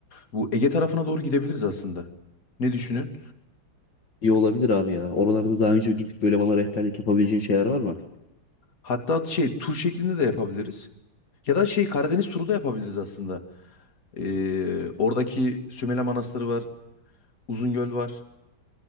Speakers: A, on the left; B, on the left.
A: Bu Ege tarafına doğru gidebiliriz aslında. Ne düşünün?
B: İyi olabilir abi ya. Oralarda daha önce gidip böyle bana rehberlik yapabileceğin şeyler var mı?
A: Hatta şey tur şeklinde de yapabiliriz. Ya da şey Karadeniz turu da yapabiliriz aslında. Eee, oradaki Sümele Manastırı var, Uzungöl var.